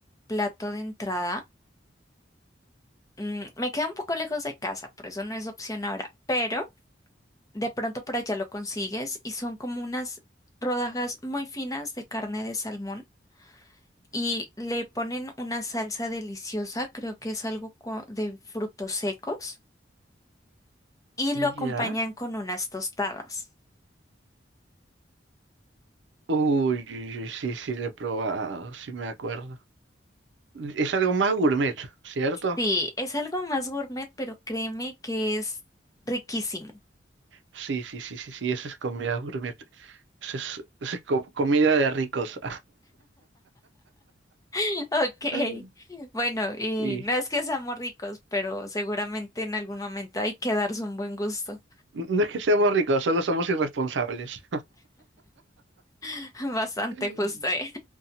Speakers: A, on the left; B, on the right.
A: plato de entrada. Mm, me queda un poco lejos de casa, por eso no es opción ahora, pero de pronto por allá lo consigues y son como unas rodajas muy finas de carne de salmón y le ponen una salsa deliciosa, creo que es algo co- de frutos secos, y
B: ¿Ya?
A: lo acompañan con unas tostadas.
B: Uy, uy, uy, sí, sí, lo he probado, sí me acuerdo. Es algo más gourmet, ¿cierto?
A: Sí, es algo más gourmet, pero créeme que es riquísimo.
B: Sí, sí, sí, sí, sí, eso es comida gourmet. Eso es, eso es co- comida de ricos.
A: <laughs> Ok,
B: <laughs>
A: bueno, y
B: Y
A: no es que seamos ricos, pero seguramente en algún momento hay que darse un buen gusto,
B: no es que seamos ricos, solo somos irresponsables.
A: <laughs> bastante
B: <laughs> Mm.
A: justo, ¿eh?